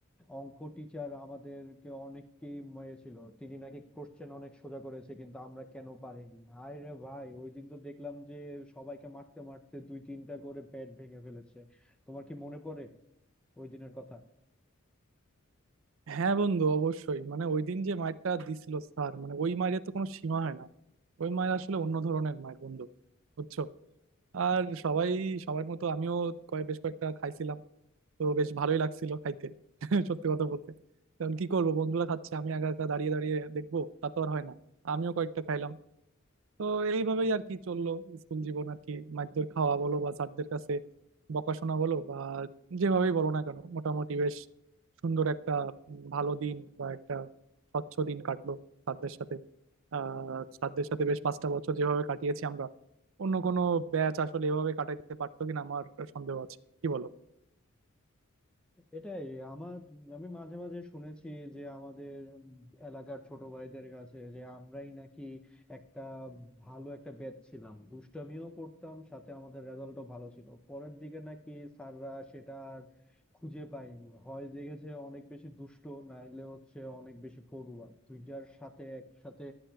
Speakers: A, in the centre; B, on the right.
A: অঙ্ক টিচার আমাদেরকে অনেককেই মেরেছিল তিনি নাকি কোশ্চেন অনেক সোজা করেছে কিন্তু আমরা কেন পারিনি আয় রে ভাই ওই দিন তো দেখলাম যে সবাইকে মারতে মারতে দুই তিনটা করে প্যাড ভেঙে ফেলেছে তোমার কি মনে পড়ে ওই দিনের কথা
B: হ্যাঁ বন্ধু অবশ্যই মানে ওই দিন যে মারটা দিছিল স্যার মানে ওই মায়ের তো কোনো সীমা হয় না ওই মায়ের আসলে অন্য ধরনের মায়ের বন্ধু বুঝছো আর সবাই সবার মতো আমিও কয় বেশ কয়েকটা খাইছিলাম তো বেশ ভালোই লাগছিল খাইতে <laughs> সত্যি কথা বলতে কারণ কি করবো বন্ধুরা খাচ্ছে আমি একা একা দাঁড়িয়ে দাঁড়িয়ে দেখবো তা তো আর হয় না আমিও কয়েকটা খাইলাম তো এইভাবেই আর কি চললো স্কুল জীবন আর কি মারধর খাওয়া বলো বা স্যারদের কাছে বকাশোনা বলো বা যেভাবেই বলো না কেন মোটামুটি বেশ সুন্দর একটা উম, ভালো দিন বা একটা স্বচ্ছ দিন কাটলো স্যারদের সাথে আহ স্যারদের সাথে বেশ পাঁচটা বছর যেভাবে কাটিয়েছি আমরা অন্য কোনো ব্যাচ আসলে এভাবে কাটাইতে পারতো কিনা আমার সন্দেহ আছে কি বলো
A: এটাই আমার আমি মাঝে মাঝে শুনেছি যে আমাদের এলাকার ছোট ভাইদের কাছে যে আমরাই নাকি একটা ভালো একটা ব্যাচ ছিলাম দুষ্টামিও করতাম সাথে আমাদের রেজাল্টও ভালো ছিল পরের দিকে নাকি স্যাররা সেটা আর খুঁজে পাইনি হয় দেখেছে অনেক বেশি দুষ্ট নাইলে হচ্ছে অনেক বেশি পড়ুয়া দুইটার সাথে একসাথে